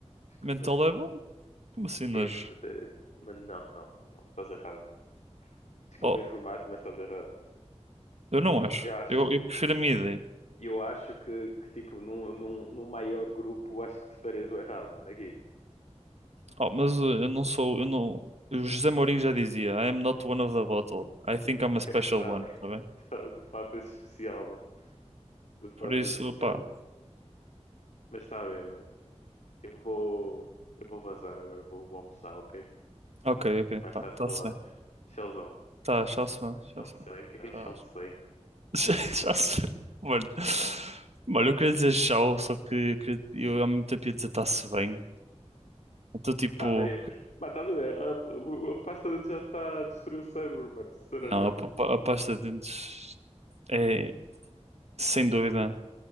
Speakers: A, on the left; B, on the right.
A: Acho que
B: Mentol
A: nojo.
B: é bom? Como assim nojo?
A: É, mano, até- mano, não, não, não, estás errado, mano. Desculpa
B: Oh,
A: informar-te, mas estás errado.
B: eu não acho.
A: Eu acho,
B: Eu, eu prefiro a minha ideia.
A: eu acho que, que tipo, num, num, num maior grupo, acho que tu estarias o errado, mano, aqui.
B: Oh, mas uh, eu não sou. Eu não. O José Mourinho já dizia: I am not one of the bottle. I
A: <laughs>
B: think
A: Ok,
B: I'm a special
A: está
B: one.
A: bem. <laughs>
B: Tá bem?
A: Tá bem, de fato é especial, mano. De fato
B: Por isso,
A: é especial.
B: pá.
A: Mas tá bem, mano. Eu vou, eu vou vazar agora, vou, vou almoçar, ok?
B: Ok, ok.
A: Mais
B: Pá,
A: tarde
B: tá-se
A: falamos.
B: bem.
A: Tchauzão.
B: Tá, tchau-se bem.
A: Mano,
B: Tchau-se
A: Se
B: bem.
A: tchau, bem, o que é que
B: Tchau.
A: é tchau. tchauzão?
B: Já, já se... Mano. Mano, eu queria dizer tchau, só que eu, queria- eu ao mesmo tempo ia dizer está-se bem. Então, tipo,
A: Tá bem. Mano, estás a ver? A, a- a pasta de dente já está a destruir o cérebro, mano, sinceramente.
B: não, a, pa- a pasta de dentes é sem dúvida